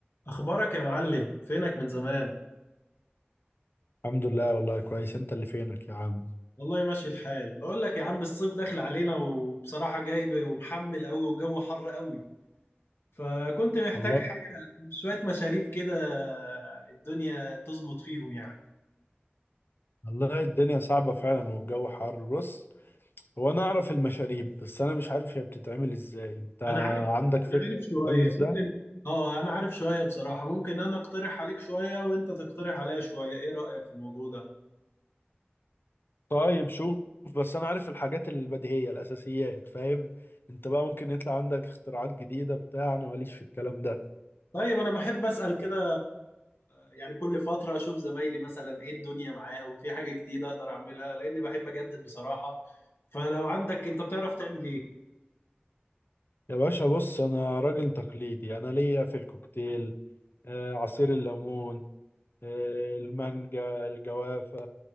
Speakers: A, on the left; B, on the left.
A: اخبارك يا معلم فينك من زمان
B: الحمد لله والله كويس انت اللي فينك يا عم
A: والله ماشي الحال بقول لك يا عم الصيف داخل علينا وبصراحة جايب ومحمل قوي والجو حر قوي فكنت محتاج
B: والله
A: حاجة شوية مشاريب كده الدنيا تظبط فيهم يعني
B: والله الدنيا صعبة فعلا والجو حر بص هو انا اعرف المشاريب بس انا مش عارف هي بتتعمل ازاي انت
A: انا عارف
B: عندك فكرة
A: انا عارف شوية
B: بتتعمل ازاي
A: ممكن اه انا عارف شوية بصراحة ممكن انا اقترح عليك شوية وانت تقترح عليا شوية ايه رأيك في الموضوع ده
B: طيب شوف بس انا عارف الحاجات البديهية الاساسيات فاهم انت بقى ممكن يطلع عندك اختراعات جديدة بتاع انا ماليش في الكلام ده
A: طيب انا بحب اسال كده يعني كل فتره اشوف زمايلي مثلا ايه الدنيا معاهم في حاجه جديده اقدر اعملها لاني بحب اجدد بصراحه فلو عندك انت بتعرف تعمل ايه
B: يا باشا بص انا راجل تقليدي انا ليا في الكوكتيل آه، عصير الليمون آه، المانجا الجوافة